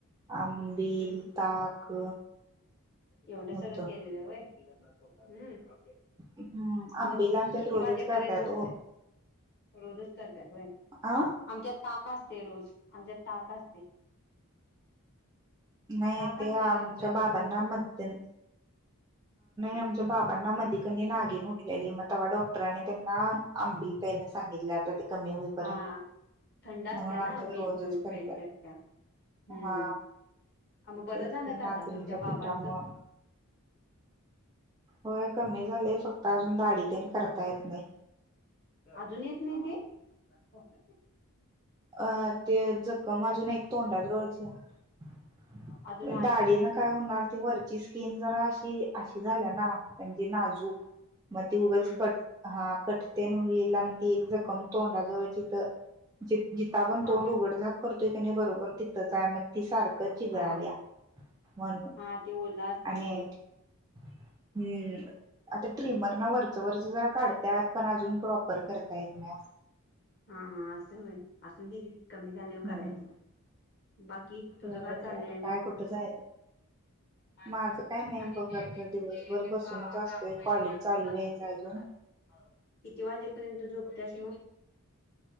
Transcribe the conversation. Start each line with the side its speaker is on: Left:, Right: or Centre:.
Right: आंबिल,
Left: हम्म
Right: ताक.
Left: एवढं
Right: होत.
Left: सगळं केलेलं होय हम्म.
Right: हम्म आंबिल
Left: मग
Right: आमच्यात
Left: किती
Right: रोजच
Left: वाजेपर्यंत
Right: करत्यात
Left: झोपताय.
Right: ओ
Left: रोजच करतात होय.
Right: आ
Left: आमच्यात ताक असते रोज आमच्यात ताक असते.
Right: नाही
Left: ताक
Right: ते
Left: असते
Right: आमच्या
Left: ग आमच्यात
Right: बाबा
Left: रोज
Right: ना. नाही आमच्या बाबांना मध्ये नागीन उठलेली मग तेव्हा डॉक्टरनी त्यांना आंबिल प्यायला सांगितल्या कमी होईपर्यंत
Left: हा थंड
Right: म्हणून
Left: असत्या
Right: आमच्यात
Left: ना आंबील
Right: रोजच
Left: म्हणून
Right: करत.
Left: प्यायची असत्या हम्म
Right: हा
Left: मग बरं
Right: तेच
Left: झालं
Right: की
Left: का
Right: नाचनीच्या
Left: आता तुमच्या बाबांचं
Right: पिठामुळ. होय कमी झालय. फक्त अजून दाढी तेन करता येत नाही.
Left: अजून येत नाही ते <unintelligible>
Right: अं ते जखम अजून एक तोंडाजवळच आहे.
Left: अजुन
Right: दाढी न काय होणार ती वरची स्किन जरा अशी अशी झाल्या ना म्हणजे नाजूक मग ते उगाच
Left: हम्म
Right: कट हा कट तेन होईल आणि एक जखम तोंडा जवळची जिथं. जिथ आपण
Left: हा
Right: तोंड उघड झाक करतोय क बरोबर तिथंच आहे मग ती सारखं चिघळा
Left: हा
Right: आल्या. म्हणून
Left: हा ते ओला असल्यामुळं
Right: आणि हम्म आता ट्रिमर ना वरच वरच जरा काढतात पण अजून प्रॉपर करता येत नाही.
Left: हा हा होय असूदे घे कमी झालेवर
Right: हम्म
Left: करायची. बाकी तुझं
Right: हो
Left: काय चाललंय
Right: ते आता
Left: आणि
Right: काय कुठं जायचं
Left: माणां
Right: माझं काय नाही
Left: आणि
Right: बघ
Left: ते
Right: आता
Left: मेन म्हणजे
Right: दिवसभर
Left: ते
Right: बसूनच
Left: आता
Right: असतोय
Left: पहिला
Right: कॉलेज
Left: पांढरूचा
Right: चालू
Left: आता
Right: व्हायचं
Left: पिवळ
Right: अजून
Left: पडल. किती वाजेपर्यंत झोपतस मग